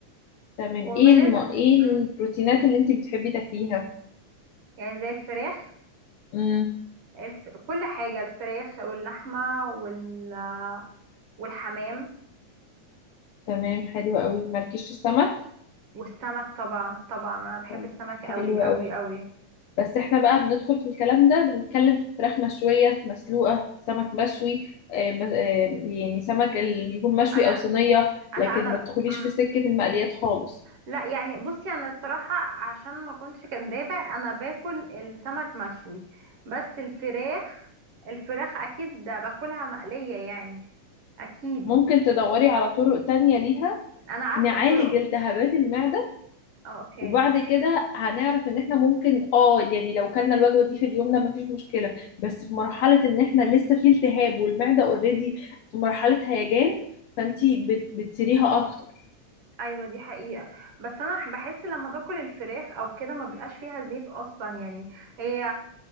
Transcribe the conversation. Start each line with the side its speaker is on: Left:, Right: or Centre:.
Left: تمام
Right: وبالنسبه
Left: ايه الم... ايه
Right: امم
Left: البروتينات اللي انت بتحبي تاكليها
Right: يعني زي الفراخ
Left: امم
Right: الف... كل حاجه الفراخ واللحمه وال والحمام
Left: تمام حلو قوي مالكيش في السمك
Right: والسمك طبعا طبعا انا بحب
Left: طيب،
Right: السمك
Left: حلو
Right: قوي قوي
Left: قوي
Right: قوي
Left: بس احنا بقى بندخل في الكلام ده بنتكلم في فراخ مشوية مسلوقة سمك مشوي آه، ب- آه، يعني سمك اللي يكون مشوي
Right: انا
Left: او صينية لكن
Right: لا انا
Left: ما تدخليش
Right: امم
Left: في سكة المقليات خالص
Right: لا يعني بصي انا الصراحه عشان ما كنتش كدابه انا باكل السمك مشوي بس الفراخ الفراخ اكيد ده باكلها مقليه يعني اكيد
Left: ممكن تدوري على طرق تانية ليها
Right: انا عارفه
Left: نعالج
Right: طرق
Left: التهابات المعدة
Right: آه، اوكي
Left: وبعد كده هنعرف ان احنا ممكن اه يعني لو كلنا الوجبة دي في اليوم ده مفيش مشكلة بس في مرحلة ان احنا لسه في التهاب والمعدة اوريدي في مرحلة هيجان فانتي بت بتسيريها اكتر
Right: ايوه دي حقيقة بس انا ح- بحس لما باكل الفراخ او كده ما بيبقاش فيها زيت اصلا يعني هي